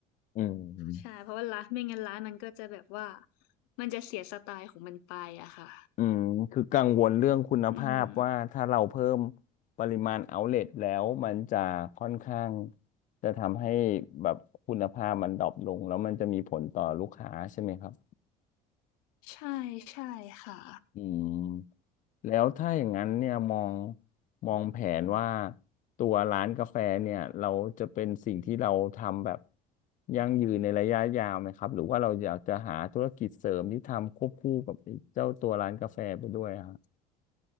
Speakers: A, on the left; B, on the left.
A: อืม
B: ใช่เพราะว่าร้านไม่งั้นร้านมันก็จะแบบว่ามันจะเสียสไตล์ของมันไปอะค่ะ
A: อืมคือกังวลเรื่องคุณภาพว่าถ้าเราเพิ่ม
B: อืม
A: ปริมาณเอาเล t แล้วมันจะค่อนข้างจะทำให้แบบคุณภาพมันดรอปลงแล้วมันจะมีผลต่อลูกค้าใช่ไหมครับ
B: ใช่ใช่ค่ะ
A: อืม แล้วถ้าอย่างนั้นเนี่ยมองมองแผนว่าตัวร้านกาแฟเนี่ยเราจะเป็นสิ่งที่เราทำแบบยั่งยืนในระยะยาวไหมครับหรือว่าเราอยากจะหาธุรกิจเสริมที่ทำควบคู่กับไอ้เจ้าตัวร้านกาแฟไปด้วยอะครับ